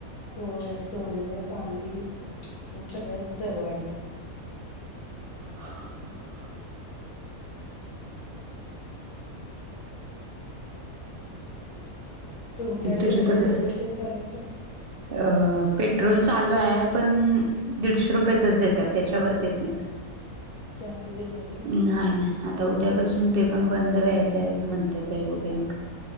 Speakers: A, on the left (about 70°); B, on the right (about 60°).
A: होय सोन चांदी सगळं दर वाढल्यात.
B: <unintelligible>
A: तुमच्याकडे
B: तुझी
A: पेट्रोल
B: तब्येत
A: डिझेल ते चालू आहे काय?
B: अ पेट्रोल चालू आहे पण दीडशे रुपयाचं देतात त्याच्यावर देत नाही.
A: जास्त देत नाहीत व्हय
B: नाहीय नाही आता आता उद्यापासून ते पण बंद व्हायचंय असं म्हणतात बाई बघुया.